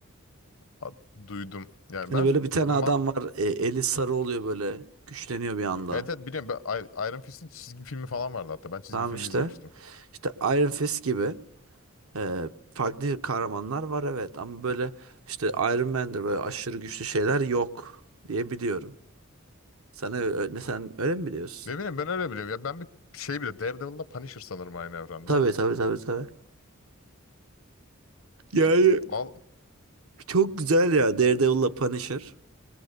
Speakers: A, on the left; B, on the right.
A: A- Duydum. Yani
B: Hani
A: ben
B: böyle bir tane
A: di- ma
B: adam var. e, eli sarı oluyor böyle. Güçleniyor bir anda.
A: evet evet biliyorum. Ben, I- Iron Fist'in çizgi filmi falan vardı hatta. Ben çizgi
B: Tamam
A: filmi
B: işte.
A: izlemiştim.
B: İşte Iron Fist gibi. Ee, farklı kahramanlar var evet ama böyle işte Iron Man'dir böyle aşırı güçlü şeyler yok diye biliyorum. Sen öyle, sen öyle mi biliyorsun?
A: Ne bileyim ben öyle biliyorum. Ya ben bir şey bile Daredevil'la Punisher sanırım aynı evrende.
B: Tabii tabii tabii tabii. Yani
A: Val
B: çok güzel ya Daredevil'la Punisher.